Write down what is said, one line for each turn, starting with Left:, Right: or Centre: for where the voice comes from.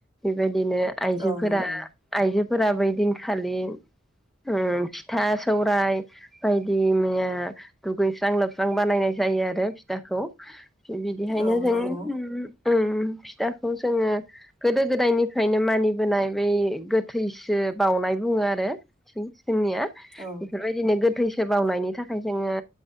Centre: बायदिनो आइजोफोरा
Right: औ नंगौ
Centre: आइजो फोरा बै दिनखालि उम फिथा सौराय बायदि मैया दुगैस्रां लोबस्रां बानायनाय जायो आरो फिथाखौ बिदिहायनो
Right: औ
Centre: जों
Right: नंगौ
Centre: उ ओम। फिथाखौ जोङो गोदो गोदायनिफ्रायनो मानिबोनाय बै गोथैसो बावनाय बुङो आरो इथिं जोंनिया
Right: औ
Centre: बेफोरबायदिनो गो थैसो बावनायनि थाखाय जोङो